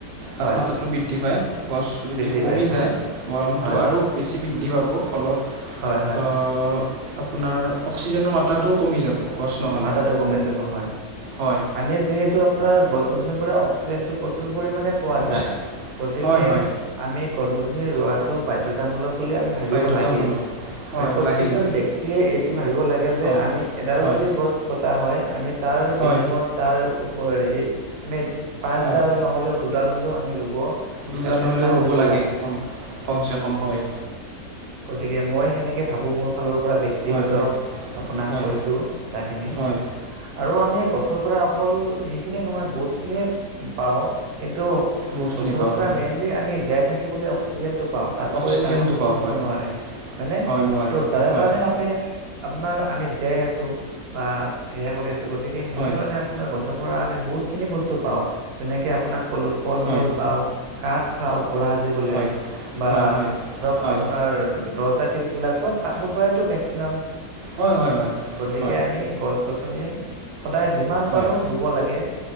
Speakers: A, on the right (about 65°); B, on the right (about 80°).
A: তাপমাত্ৰাটো
B: হয়
A: বৃদ্ধি পায় গছ যদি
B: বৃদ্ধি
A: কমি
B: পাইছে
A: যায়
B: হয়
A: গৰমটো
B: হয়
A: আৰু বেছি বৃদ্ধি পাব ফলত
B: হয় হয়
A: আহ, আপোনাৰ অক্সিজেনৰ মাত্ৰাটোও কমি যাব গছ নহ'লে
B: মাতাতটো কমাই যাব হয়
A: হয়
B: আমি যিহেতু আপোনাৰ গছ গছ গছনিৰ পৰা অক্সিজেন টো প্ৰচুৰ পৰিমাণে পোৱা
A: অক্স
B: যায় গতিকে
A: হয় হয়
B: আমি গছ গছ মি ৰোৱাটো বাধ্যতামূলক বুলি আমি ভাবিব
A: বাধ্যতামূলক
B: লাগে
A: হয়
B: আ প্ৰত্যেকজন
A: লাগে লাগে
B: ব্যক্তিয়ে এইটো ভাবিব লাগে যে
A: হয়
B: আমি এডাল
A: হয়
B: যদি গছ হয় আমি তাৰ
A: হয়
B: বিনিময়ত তাৰ হেৰিত আমি পাঁচডাল
A: হয়
B: নহ'লে দুডাল হলেও আমি ৰুব
A: দুডাল
B: এ চেষ্টা
A: হ'লেও ৰুব
B: কৰিব
A: লাগে কমচে কম হয়
B: গতিকে মই সেনেকে ভাবো মোৰ ফালৰ পৰা ব্যক্তিগত
A: হয় হয়
B: আপোনাক
A: হয়
B: কৈছো কথাখিনি
A: হয়
B: আৰু আমি আমি গছৰ পৰা অকল সেইখিনিয়ে নহয় বহুত খিনিয়ে পাওঁ কিন্তু
A: বহুতখিনি
B: গছৰ
A: পাওঁ
B: পৰা
A: হয়
B: মেইনলি আমি জীয়াই থাকিবলৈ অক্সিজেনটো পাওঁ তাতকৈ
A: অক্সিজেনটো
B: ডাঙৰ বস্তু
A: পাওঁ
B: হ'ব
A: হয়
B: নোৱাৰে হয়নে
A: হয় নোৱাৰে
B: ত' যাৰ
A: হয়
B: কাৰণে আমি আপোনাৰ আমি জীয়াই আছো বা সেয়া কৰি আছো গতিকে সেইটো
A: হয়
B: কাৰণে আপোনাৰ গছক পৰা আমি বহুত খিনি বস্তু পাওঁ যেনেকে আপোনাক কলো ফল
A: হয়
B: মূল পাও কাঠ পাওঁ ঘৰ সাজিবলে
A: হয়
B: বা
A: হয় হয় হয়
B: ধৰক
A: হয়
B: আপোনাৰ দৰ্জা সেই কিবিলাক চব কাঠৰ পৰাইতো মেক্সিমাম
A: হয় হয় হয়
B: গতিকে আমি গছ গছনি সদায় যিমান
A: হয়
B: পাৰো ৰুব লাগে